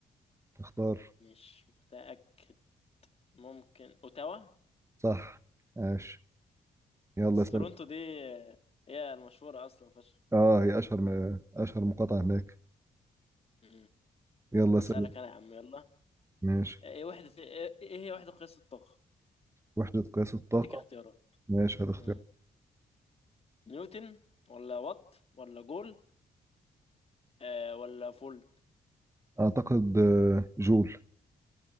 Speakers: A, on the right; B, on the left.
A: اختار
B: مش متأكد ممكن اوتاوا
A: صح ماشي يلا
B: بس
A: سلام
B: تورونتو دي آه، هي المشهورة اصلا فشخ
A: اه هي اشهر م... اشهر مقاطعة هناك
B: مم.
A: يلا
B: هسألك
A: سلام
B: انا يا عم يلا
A: ماشي
B: آه، ايه وحدة ايه إيه هي وحدة قياس الطاقة
A: وحدة قياس الطاقة
B: اديك اختيارات
A: ماشي هتختار
B: مم. نيوتن ولا وات ولا جول آه ولا فولت
A: اعتقد آه، جول